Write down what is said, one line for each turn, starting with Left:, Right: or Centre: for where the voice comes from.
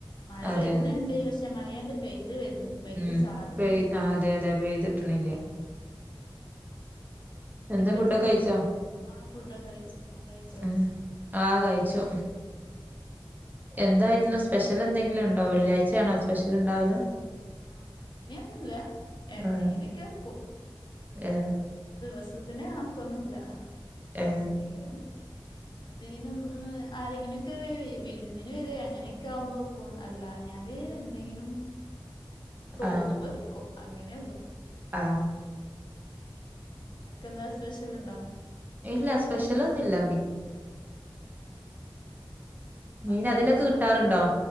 Left: മഴ
Right: അതെ
Left: വരുന്നുണ്ട്
Right: അതെ
Left: പക്ഷെ മഴയാണ്ട് പെയ്തി പെയ്ത് വരു പെയ്ത്
Right: ഉം
Left: ചാറുന്നില്ല
Right: പെയ് ആ, അതെ അതെ പെയ്തിട്ടണില്ല
Left: ഉം ഉം പിന്നെ
Right: എന്താ
Left: എന്തൊക്കെ
Right: ഫുഡൊക്കെ കഴിച്ചോ
Left: ഫു ആ ഫുഡൊക്കെ കഴിച്ചു നിങ്ങള് കഴിച്ചോ
Right: ഉം ആ കഴിച്ചു
Left: ആഹ്
Right: എന്തായിരുന്നു സ്പെഷ്യല് എന്തെങ്കിലും ഉണ്ടോ വെള്ളിയാഴ്ച്ച യാണോ സ്പെഷ്യൽ ഉണ്ടാവല്
Left: ആ അങ്ങനെയൊന്നുമില്ല എന്തെങ്കിലും
Right: ആ
Left: ഒക്കെ ആക്കും
Right: ഏ
Left: പിന്നെ ദിവസത്തിന്റെ കണക്കൊന്നുമില്ല
Right: ഏ
Left: എന്തെങ്കിലും എന്തെങ്കിലും ആരെങ്ങനെയൊക്കെ വിരുന്നിന് വരുകയോ അങ്ങനെയെക്കെ ആവുമ്പോ വെക്കും അല്ലാഞ്ഞ ഞ്ഞാല് എന്തെങ്കിലും തോന്നുമ്പോ
Right: ആ
Left: വെക്കും അങ്ങനെയുള്ളു
Right: ആ
Left: നിങ്ങൾക്ക് എന്താ സ്പെഷ്യല് ഉണ്ടോ
Right: ഇല്ല സ്പെഷ്യൽ ഒന്നുമില്ല
Left: ആ ആ ആ
Right: മീൻ
Left: മക്കളെക്കെ
Right: അതിലൊക്കെ
Left: സ്കൂളി
Right: കിട്ടാറുണ്ടോ
Left: പോയോ